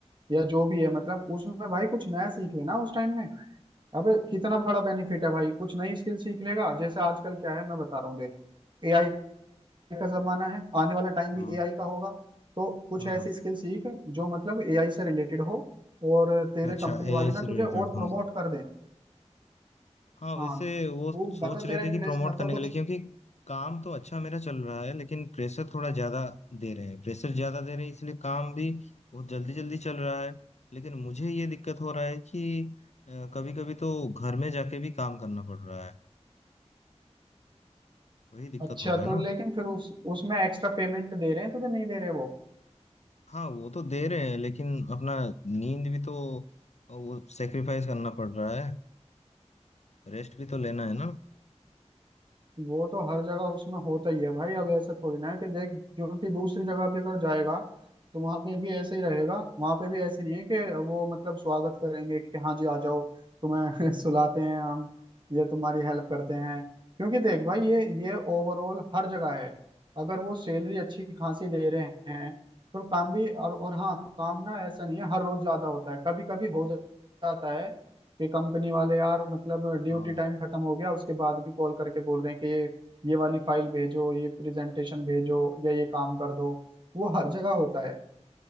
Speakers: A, on the right; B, on the left.
A: या जो भी है मतलब उसमें भाई कुछ नया सीख लेना उस टाइम में अबे कितना बड़ा बेनिफिट है भाई कुछ नई स्किल सीख लेगा जैसे आजकल क्या है मैं बता रहा हूँ देख एआई का जमाना है आने वाला टाइम भी
B: हाँ
A: एआई का होगा तो कुछ
B: हाँ
A: ऐसी
B: हाँ
A: स्किल सीख जो मतलब एआई से रिलेटेड हो और तेरे
B: अच्छा
A: कंपनी वाले
B: एआई
A: ना
B: से
A: तुझे
B: रिलेटेड
A: और
B: हाँ
A: प्रमोट कर दें
B: हाँ
A: हाँ
B: वैसे वो
A: तू
B: सोच
A: बता
B: रहे
A: तेरा
B: थे
A: इंटरेस्ट
B: कि प्रमोट
A: बता
B: करने के
A: कुछ
B: लिए क्योंकि काम तो अच्छा मेरा चल रहा है लेकिन प्रेशर थोड़ा ज्यादा दे रहे हैं प्रेशर ज्यादा दे रहे हैं इसलिए काम भी बहुत जल्दी जल्दी चल रहा है लेकिन मुझे ये दिक्कत हो रहा है कि कभी कभी तो घर में जाके भी काम करना पड़ रहा है वही दिक्कत
A: अच्छा
B: हो रहा है
A: तो
B: ना
A: लेकिन फिर उस उसमें एक्स्ट्रा पेमेंट दे रहे हैं तुझे नहीं दे रहे वो
B: हाँ वो तो दे रहे हैं लेकिन अपना नींद भी तो वो सेक्रीफाइस करना पड़ रहा है रेस्ट भी तो लेना है ना
A: वो तो हर जगह उसमें होता ही है भाई अब ऐसा थोड़ी ना है कि देख जो कि दूसरी जगह पे अगर जाएगा तो वहां पे भी ऐसे ही रहेगा वहां पे भी ऐसे नहीं है कि वो मतलब स्वागत करेंगे कि हाँ जी आ जाओ तुम्हें <laughs> सुलाते हैं हम ये तुम्हारी हेल्प करते हैं क्योंकि देख भाई ये ये ओवरऑल हर जगह है अगर वो सैलरी अच्छी खासी दे रहे हैं तो काम भी और और हाँ काम ना ऐसा नहीं है हर रोज ज्यादा होता है कभी कभी हो जाता है कि कंपनी वाले यार मतलब ड्यूटी
B: हाँ
A: टाइम खत्म हो गया उसके बाद भी कॉल करके बोल रहे हैं कि ये ये वाली फाइल भेजो ये प्रेजेंटेशन भेजो या ये काम कर दो वो हर जगह होता है